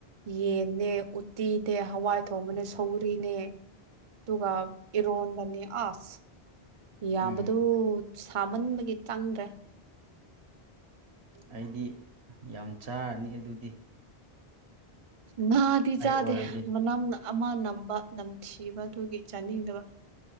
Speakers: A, on the right; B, on the right.
A: ꯌꯦꯟꯅꯦ ꯎꯠꯇꯤꯅꯦ ꯍꯋꯥꯏ ꯊꯣꯡꯕꯅꯦ ꯁꯧꯔꯤꯅꯦ ꯇꯒ ꯏꯔꯣꯣꯟꯕꯅꯤ ꯑꯁ ꯌꯥꯕꯗꯨ
B: ꯎꯝ
A: ꯁꯥꯃꯟꯕꯒꯤ ꯆꯪꯗ꯭ꯔꯦ
B: ꯑꯩꯗꯤ ꯌꯥꯝ ꯆꯥꯔꯅꯤ ꯑꯗꯨꯗꯤ
A: ꯅꯥꯗꯤ
B: ꯑꯩ
A: ꯆꯥꯗꯦ
B: ꯑꯣꯏꯔꯗꯤ
A: ꯃꯅꯝꯅ ꯑꯃ ꯅꯝꯕ ꯅꯝꯊꯤꯕ ꯑꯗꯨꯒꯤ ꯆꯥꯅꯤꯡꯗꯕ